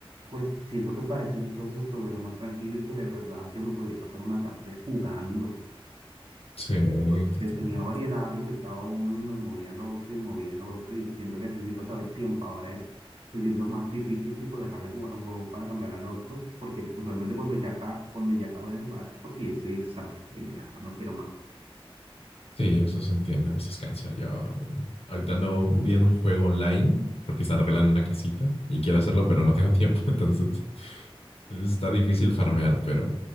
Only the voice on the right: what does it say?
pues siento que para ese entonces todo era más tranquilo y que de verdad yo me podía pasar una tarde jugando,
porque
tenía variedad y soltaba uno y me movía al otro y movía al otro y siento que así sí pasaba el tiempo, ahora es, pues siento más difícil tipo dejar de jugar un juego para cambiar al otro, porque usualmente cuando ya, acá, cuando ya acabé de jugar es porque ya estoy exhausto y ya no quiero más.